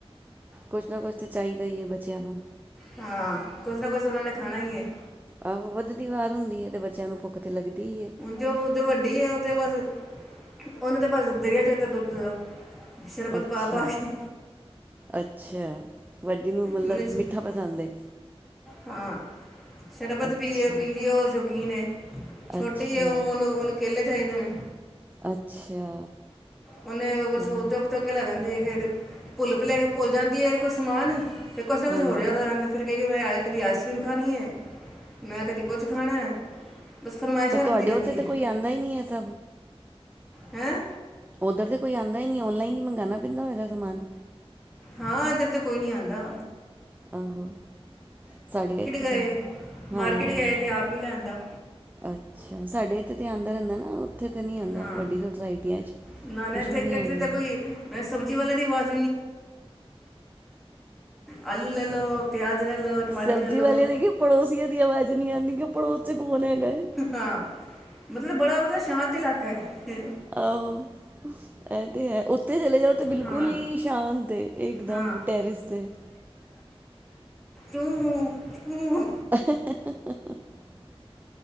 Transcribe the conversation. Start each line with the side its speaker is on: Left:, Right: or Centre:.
Right: ਕੁਛ ਨਾ ਕੁਛ ਤਾਂ ਚਾਹੀਦਾ ਹੀ ਹੈ ਬੱਚਿਆਂ ਨੂੰ
Centre: ਹਾਂ ਕੁਛ ਨਾ ਕੁਛ ਉਹਨਾਂ ਨੇ ਖਾਣਾ ਹੀ ਹੈ।
Right: ਆਹੋ ਵੱਧਦੀ ਵਾਰ ਹੁੰਦੀ ਹੈ ਤੇ ਬੱਚਿਆਂ ਨੂੰ ਭੁੱਖ ਤੇ ਲੱਗਦੀ ਹੀ ਹੈ
Centre: ਜੋ ਉਤੇ ਵੱਡੀ ਆ ਉਹ ਤੇ ਬਸ ਉਹਨੂੰ ਤੇ ਬਸ ਦਰਿਆ ਚਾਹੀਦਾ ਦੁੱਧ ਦਾ ਸ਼ਰਬਤ
Right: ਅੱਛਾ
Centre: ਪਾ ਪਾ ਕੇ
Right: ਅੱਛਾ ਵੱਡੀ ਨੂੰ ਮਤਲਬ
Centre: ਮੈਨੂੰ ਸ਼-
Right: ਮਿੱਠਾ ਪਸੰਦ ਏ,
Centre: ਹਾਂ ਸ਼ਰਬਤ
Right: ਅੱਛਾ।
Centre: ਪੀ ਪੀਂਦੀ ਉਹ ਸ਼ੌਕੀਨ ਹੈ ਛੋਟੀ
Right: ਅੱਛਾ
Centre: ਉਹ ਉਹਨੂੰ ਉਹਨੂੰ ਕੇਲੇ ਚਾਹੀਦੇ ਨੇ
Right: ਅੱਛਾ।
Centre: ਉਹਨੇ ਬਸ
Right: ਕੇਲੇ
Centre: ਉਹ ਚੁੱਕ ਚੁੱਕ ਕੇ ਲੈ ਜਾਦੀ ਏ ਫਿਰ ਭੁੱਲ ਭਲੇ ਭੁੱਲ ਜਾਂਦੀ ਹੈ ਕੁ ਸਮਾਨ ਫੇ ਕੁਛ ਨਾ ਕੁਛ
Right: ਹਾਂਜੀ
Centre: ਹੋਰ ਯਾਦਾ ਜਾਂ ਫਿਰ ਕਈ ਕਿ ਮੈਂ ਕਦੀ ਆਇਸ ਕਰ੍ਰੀਮ ਖਾਨੀ ਹੈ। ਮੈਂ ਕਦੀ ਕੁਛ ਖਾਣਾ ਬਸ ਫਰਮਾਇਸ਼ਾਂ
Right: ਫ
Centre: ਰੱਖਦੀ
Right: ਤੁਹਾਡੇ
Centre: ਰਹਿੰਦੀ
Right: ਉੱਥੇ ਤਾਂ ਕੋਈ ਆਉਂਦਾ ਹੀ ਨਹੀਂ ਹੈ। ਸਭ
Centre: ਹੈਂ
Right: ਉੱਧਰ ਤਾਂ ਕੋਈ ਆਉਂਦਾ ਹੀ ਨਹੀਂ ਔਨਲਾਈਨ ਹੀ ਮੰਗਵਾਉਣਾ ਪੈਂਦਾ ਹੋਏਗਾ ਸਮਾਨ
Centre: ਹਾਂ ਇੱਧਰ ਤੇ ਕੋਈ ਨੀ ਆਉਂਦਾ
Right: ਆਹੋ ਸਾਡੇ ਇੱਥੇ
Centre: ਗਏ
Right: ਹਾਂ
Centre: ਮਾਰਕੀਟ ਗਏ ਤੇ ਆਪ ਹੀ ਲੈ ਆਂਦਾ
Right: ਅੱਛਾ ਸਾਡੇ ਜਥੇ ਆਉਂਦਾ ਰਹਿੰਦਾ ਨਾ ਉੱਥੇ ਤੇ ਨੀ ਆਉਂਦਾ
Centre: ਹਾਂ
Right: ਵੱਡੀ ਸਸਾਇਟ
Centre: ਨਾ ਨਾ
Right: ਕੁਛ
Centre: ਇੱਥੇ
Right: ਵੀ ਨੀ
Centre: ਇੱਥੇ
Right: ਆਉਂਦਾ
Centre: ਤਾਂ ਕੋਈ ਅ, <unintelligible> ਆਲੂ ਲੈ ਲਓ ਪਿਆਜ਼ ਲੈ ਲਓ ਟਮਾਟਰ
Right: ਸਬਜ਼ੀ
Centre: ਲੈ ਲਓ
Right: ਵਾਲੇ ਦੇ ਕਿ ਪੜੋਸੀਆਂ ਦੀ ਆਵਾਜ਼ ਨੀ ਆਉਂਦੀ ਕਿ ਪੜੋਸ ਚ ਕੌਣ ਹੈਗਾ ਹੈ
Centre: ਹਾਂ ਮਤਲਬ ਬੜਾ ਉਹਦਾ ਸ਼ਾਂਤ ਇਲਾਕਾ ਹੈ
Right: ਆਹੋ ਇਹ ਤੇ ਹੈ ਉਥੇ ਚਲੇ ਜਾਓ ਤੇ ਬਿਲਕੁਲ
Centre: ਹਾਂ
Right: ਹੀ ਸ਼ਾਂਤ ਇਕ ਦਮ
Centre: ਹਾਂ
Right: ਟੈਰਿਸ ਤੇ
Centre: ਹੂੰ ਹੂੰ
Right: <unintelligible>